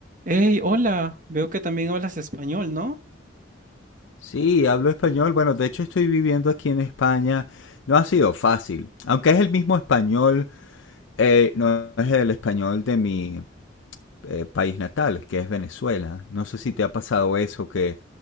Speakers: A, on the right; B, on the left.
A: Hey, hola, veo que también hablas español, ¿no?
B: Sí, hablo español. Bueno, de hecho estoy viviendo aquí en España. No ha sido fácil. Aunque es el mismo español, eh, no es el español de mi eh, país natal, que es Venezuela. No sé si te ha pasado eso, que